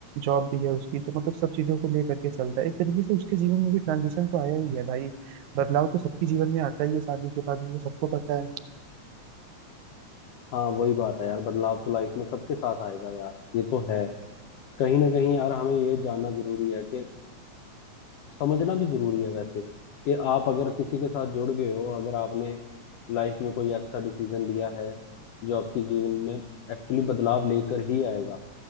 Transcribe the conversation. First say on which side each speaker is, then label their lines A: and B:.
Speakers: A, on the right (about 80°); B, on the left (about 85°).
A: जॉब भी है उसकी तो मतलब सब चीजों को लेकर के चलता है एक तरीके से उसके जीवन में भी ट्रांजिशन तो आया ही है भाई बदलाव तो सबके जीवन में आता ही है शादी के बाद वो सबको पता है
B: हाँ वही बात है यार बदलाव तो लाइफ में सबके साथ आएगा यार ये तो है कहीं ना कहीं यार हमें ये जानना जरूरी है कि समझना भी जरूरी है वैसे कि आप अगर किसी के साथ जुड़ गए हो अगर आपने लाइफ में कोई ऐसा डिसीजन लिया है जो आपकी जीवन में एक्चुअली बदलाव लेकर ही आएगा